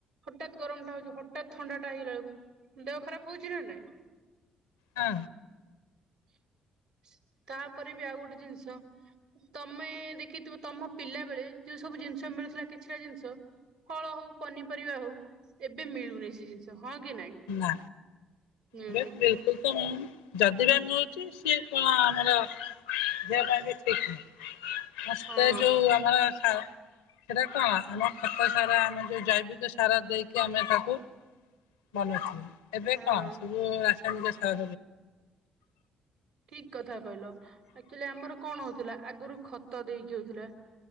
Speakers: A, on the right; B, on the left.
A: ହଠତ୍ ଗରମ ଟ ହଉଛି ହଠା ଥଣ୍ଡା ହେଇଗଲା ବେଳକୁ ଦେହ ଖରାପ ହଉଛି ନା ନାଇଁ।
B: ହଁ।
A: <unintelligible> ତାପରେ ବି ଆଉ ଗୋଟେ ଜିନିଷ ତମେ ଦେଖିଥିବ ତମ ପିଲା ବେଳେ ଯୋଉ ସବୁ ଜିନିଷ ମିଳୁଥିଲା କିଛିଟା ଜିନିଷ ଫଳ ହଉ ପନିପରିବା ହଉ ଏବେ ମିଳୁନି ସେ ଜିନିଷ ହଁ କି ନାଇଁ
B: ନା
A: ମିଳୁନି
B: ଏବେ ବିଲକୁଲ ମିଳୁନି ଯଦି ବା ମିଳୁ ସିଏ କଣ ଆମର ଦେହ ପାଇଁ ବି ଠିକ ନୁହେଁ। ଆସ୍ତେ
A: ହଁ।
B: ଯୋଉ ଆମର ଖା ସେଟା କଣ ଆମ ଖତା ସାରା ଆମେ ଯୋଉ ଜୈବିକ ସାରା ଦେଇକି ଆମେ ତାକୁ ମନ ଅଛି। ଏବେ
A: ହଁ।
B: କଣ ସବୁ ରା ଏମ କେ ସା
A: ଠିକ କଥା କହିଲ ଆକ୍ଚୁଆଲି ଆମର କଣ ହଉଥିଲା ଆଗରୁ ଖତ ଦେଇକି ହଉଥିଲା